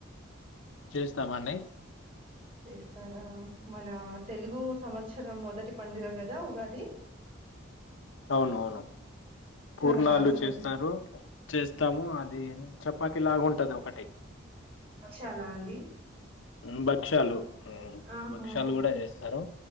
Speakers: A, on the left (about 70°); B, on the right (about 30°).
A: చేస్తాము అండి
B: చేస్తారా మన తెలుగు సంవత్సరం మొదటి పండుగ కదా ఉగాది
A: అవును అవును పూర్ణాలు
B: చాలా బాగా సెలబ్రేట్
A: చేస్తారు చేస్తాము అది చెప్ పతి లాగ ఉంటది ఒకటి
B: అక్షల అండి
A: ఉ బచ్చలు ఉ
B: ఆహా
A: భక్షాలు కూడా చేస్తారు